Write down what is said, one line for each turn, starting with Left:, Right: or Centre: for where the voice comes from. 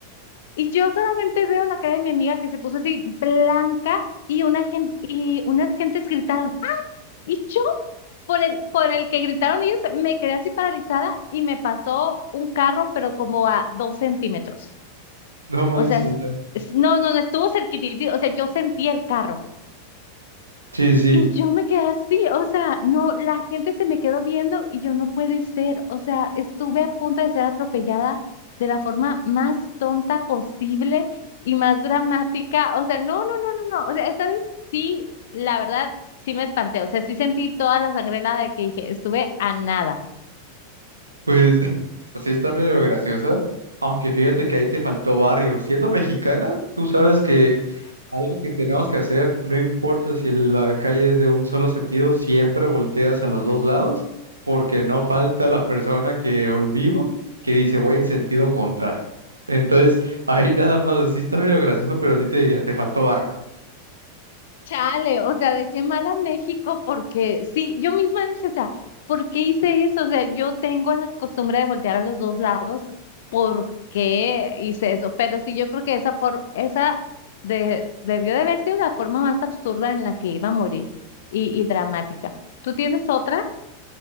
Left: y yo solamente veo la cara de mi amiga que se puso así blanca y una gente, y unas gentes gritaron, "¡Ah!". y yo, por el, por el que gritaron ellos, me quedé así paralizada y me pasó un carro, pero como a dos centímetros.
Right: No manches.
Left: O sea, s-
Right: la-
Left: s- no, no, no estuvo cerquitito, o sea, yo sentí el carro
Right: Sí, sí,
Left: y yo me quedé así, o sea, no, la gente se me quedó viendo y yo no puede ser, o sea, estuve a punto de ser atropellada de la forma más tonta posible y más dramática, o sea, no, no, no, no, no, o sea, esta vez sí, la verdad, sí me espanté, o sea, sí sentí toda la sangre helada de que dije, estuve a nada.
Right: pues <laughs> así está medio graciosa. Aunque fíjate que ahí te faltó barrio. Siendo mexicana, tú sabes que Algo que tenemos que hacer, no importa si la calle es de un solo sentido, siempre volteas a los dos lados, porque no falta la persona que o el vivo que dice voy en sentido contrario. Entonces, <laughs> ahí nada más, así está medio gracioso, pero sí te diría, te faltó barrio.
Left: Chale, o sea, dejé mal a México porque sí, yo misma dije, o sea, ¿por qué hice eso? O sea, yo tengo la costumbre de voltear a los dos lados, ¿por qué hice eso? Pero sí, yo creo que esa for- esa de debió de haber sido la forma más absurda en la que iba a morir y, y dramática. ¿Tú tienes otra?